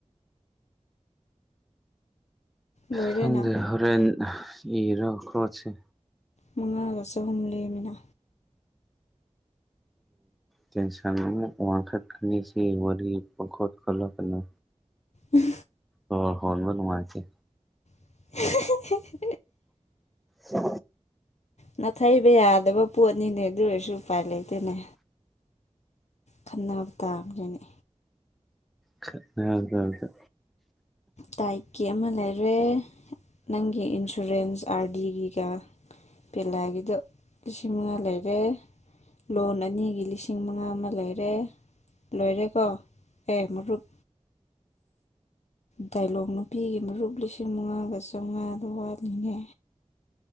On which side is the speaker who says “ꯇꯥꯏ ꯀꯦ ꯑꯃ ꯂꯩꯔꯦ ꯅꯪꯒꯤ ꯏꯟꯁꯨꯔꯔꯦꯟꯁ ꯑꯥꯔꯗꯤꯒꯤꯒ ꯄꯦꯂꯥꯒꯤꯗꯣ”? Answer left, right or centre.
Left